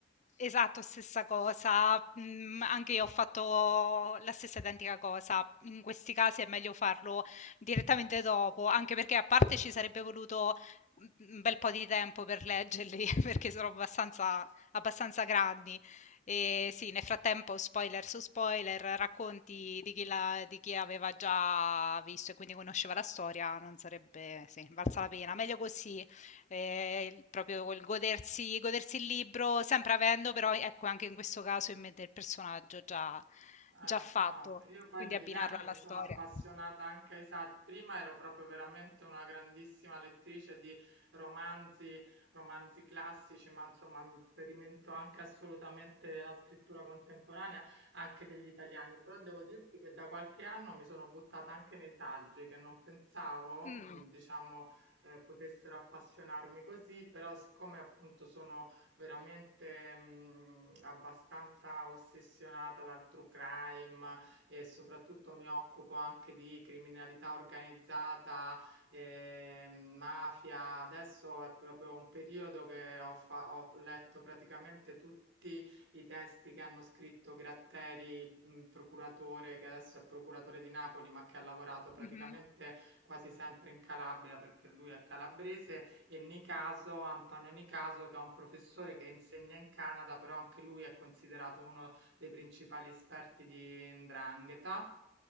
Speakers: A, on the left; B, on the right.
A: Esatto, stessa cosa. Mhmm, anche io ho fatto la stessa identica cosa. In questi casi è meglio farlo direttamente dopo, anche perché a parte ci sarebbe voluto, mhmm, un bel po' di tempo per leggerli, <laughs> perché sono abbastanza abbastanza grandi. E sì, nel frattempo spoiler su spoiler, racconti di chi l'ha di chi aveva già visto e quindi conosceva la storia, non sarebbe sì, valsa la pena. Meglio così Ehm, il proprio il godersi godersi il libro, sempre avendo però, ecco, anche in questo caso in mente il personaggio già
B: Eh,
A: già fatto,
B: no, io poi
A: quindi
B: negli
A: abbinarlo
B: anni
A: alla
B: mi sono
A: storia.
B: appassionata anche ai saggi. Prima ero proprio veramente una grandissima lettrice di romanzi, romanzi classici, ma insomma mi sperimento anche assolutamente la scrittura contemporanea, anche degli italiani. Però devo dirti che da qualche anno mi sono buttata anche nei saggi, che non pensavo,
A: Mh.
B: mh, diciamo, eh, potessero appassionarmi così, però siccome appunto sono veramente mh, abbastanza ossessionata dal true crime e soprattutto mi occupo anche di criminalità organizzata, eh, mafia. Adesso è proprio un periodo che ho, fa- ho letto praticamente tutti I testi che hanno scritto Gratteri, il mh, procuratore che adesso è procuratore di Napoli, ma che ha lavorato praticamente
A: Mh-mh.
B: quasi sempre in Calabria perché lui è calabrese, e Nicaso, Antonio Nicaso, che è un professore che insegna in Canada, però anche lui è considerato uno dei principali esperti di 'ndrangheta.